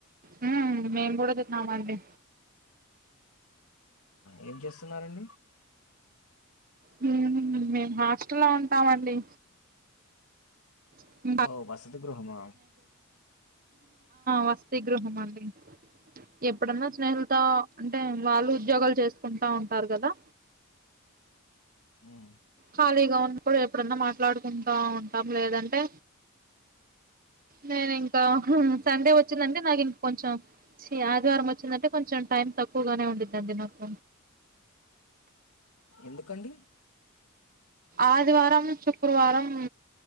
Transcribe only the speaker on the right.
హ్మ్ మేమ్ గూ డా తిన్నాం అండి
హ్మ్ మేమ్ హాస్టల్ లో ఉంటామండి <inaudible>
వస్ తిగృహ మండి ఎప్పుడన్నా స్నేహితులతో అంటే వాళ్ళు ఉద్యోగాలు చేస్ కుంటా ఉంటారు కదా
ఖాళీగా ఉన్నప్పుడు ఎప్పుడన్నా మాట్లాడుకుంటా ఉంటాం లేదంటే నేను ఇంకా సండే వచ్చిందంటే నాకు ఇంక కొంచెం చి ఆదివారం వచ్చిందంటే కొంచెం టైం తక్కువగానే ఉండద్దండి నాకు
ఆదివారం శుక్రవారం